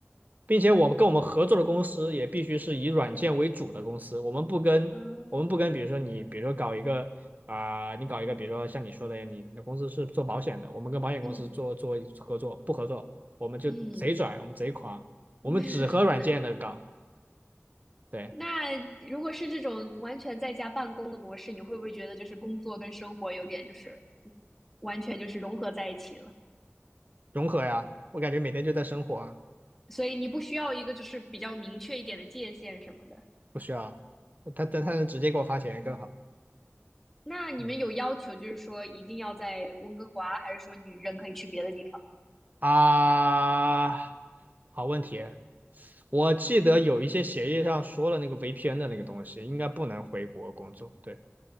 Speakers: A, on the right; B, in the centre.
A: 并且我们跟我们合作的公司也必须是以软件为主的公司。我们不跟，
B: 嗯
A: 我们不跟，比如说你，比如说搞一个啊、呃你搞一个，比如说像你说的，你你的公司是做保险的，我们跟保险公司做做合作，
B: 嗯
A: 不合作，我们就贼拽，
B: 嗯，
A: 我们贼狂，
B: <laughs>
A: 我们只和软件的搞，对，
B: 那如果是这种完全在家办公的模式，你会不会觉得就是工作跟生活有点就是完全就是融合在一起了？
A: 融合呀。我感觉每天就在生活啊。
B: 所以你不需要一个就是比较明确一点的界限什么的。
A: 不需要，他他他能直接给我发钱更好。
B: 那你们有要求就是说一定要在温哥华，
A: 嗯
B: 还是说你人可以去别的地方
A: 啊，好问题。我记得有一些协议上说了那个 VPN 的那个东西，应该不能回国工作。对，